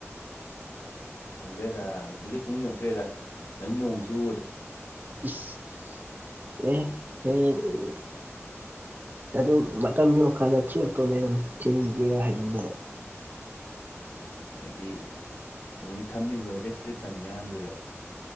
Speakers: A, on the left; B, on the right.
A: ꯈꯪꯗ꯭ꯔꯦꯗ ꯅꯨꯄꯤꯒ ꯊꯤꯅꯤꯡꯉꯛꯇ꯭ꯔꯦꯗ ꯅꯪ ꯅꯥꯑꯣꯡꯁꯤ ꯎꯕꯗ꯫
B: <unintelligible> ꯑꯗ ꯃꯇꯝ ꯌꯧꯔꯀꯥꯟꯗ ꯊꯤꯂꯛꯇꯣ ꯂꯩꯔꯝꯅꯤ ꯊꯤꯅꯤꯡꯗꯦꯒ ꯍꯥꯏꯖꯤꯟꯗꯅ꯫
A: ꯍꯥꯏꯗꯤ ꯅꯣꯏ ꯊꯝꯃꯤꯕ ꯔꯦꯁꯇ꯭ꯔꯤꯛꯁꯟ ꯃꯌꯥꯝꯗꯨꯗ